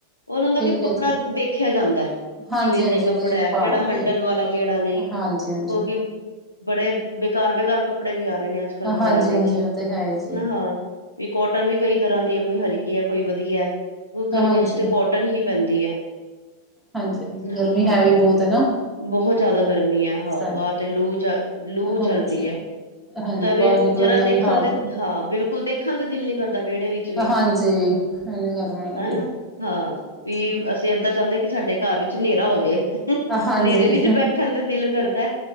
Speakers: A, on the left; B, in the centre.
A: ਓਨਾਂ ਦਾ
B: ਠੀਕ
A: ਕਿ ਕੱਪੜਾ
B: ਹੈ ਜੀ
A: ਦੇਖੇਆ ਜਾਂਦੈ
B: ਹਾਂਜੀ
A: ਕਿਵੇਂ
B: ਹਾਂਜੀ
A: ਜੇਆ ਕੱਪੜੈ,
B: ਦੇਖਭਾਲ
A: ਕੇੜਾ ਹੰਡੱਨ
B: ਕੇ
A: ਵਾਲਾ, ਕੇੜਾ ਨਈ ਕਿਓਂਕਿ
B: ਹਾਂਜੀ ਹਾਂਜੀ
A: ਬੜੇ ਬੇਕਾਰ, ਬੇਕਾਰ ਕੱਪੜੇ ਵੀ ਆ ਰੇ ਨੇ ਆਜ ਕਾਲ ਬਜਾਰ
B: ਹਾਂਜੀ
A: ਵਿਚ,
B: ਹਾਂਜੀ ਉਹ ਤੇ ਹੈ ਹੀ ਜੀ
A: ਹਨਾ ਹਾਂ ਵੀ ਕੋਟਨ ਵੀ ਕਈ ਤਰਾਂ ਦੀ ਐ, ਕੋਈ ਹਲਕੀ ਐ, ਕੋਈ ਵਦੀਐ,
B: ਹਾਂਜੀ
A: ਗਰਮੀਆਂ ਚ ਤੇ
B: ਹਾਂਜੀ
A: ਕੋਟਨ ਹੀ ਪੈਂਦੀ ਹੈ
B: ਹਾਂਜੀ ਹਾਂਜੀ
A: ਹਾਂ
B: ਗਰਮੀ
A: ਹਾਂ।
B: ਹੈ ਵੀ ਬਹੁਤ ਹੈ ਨਾ
A: ਬਹੁਤ ਜ਼ਿਆਦਾ ਗਰਮੀ ਹੈ
B: ਇਸ
A: ਹਾਂ
B: ਟਾਈਮ
A: ਬਾਹਰ ਤੇ ਲੂ ਜਾ ਲੂ
B: ਹਾਂਜੀ
A: ਚੱਲ ਰਹੀ ਹੈ
B: ਹਾਂਜੀ
A: ਉਹ ਤਾਂਵੇ
B: ਬਾਹਰ ਨਿਕਲਣ
A: ਜਰਾ
B: ਦਾ ਵੀ
A: ਦੇਖਣ
B: ਹਾਲ
A: ਤੇ
B: ਨਹੀਂ
A: ਹਾਂ ਬਿਲਕੁਲ ਦੇਖਣ ਤੇ ਦਿਲ ਨੀ ਕਰਦਾ ਵਿਹੜੇ ਵਿੱਚ ਵੀ
B: ਹਾਂਜੀ ਇੰਨੀ ਗਰਮੀ ਹੈਗੀ।
A: ਹਨਾ ਹਾਂ
B: ਹਾਂਜੀ।
A: ਵੀ ਅਸੀਂ ਏਦਾਂ ਚਾਹੁੰਦੇ ਕਿ ਸਾਡੇ ਘਰ ਵਿੱਚ ਹਨੇਰਾ ਹੋ ਜਾਏ ਹਨੇਰੇ
B: ਹਾਂਜੀ,
A: ਵਿੱਚ ਬੈਠਣ ਤੇ ਦਿਲ ਕਰਦਾ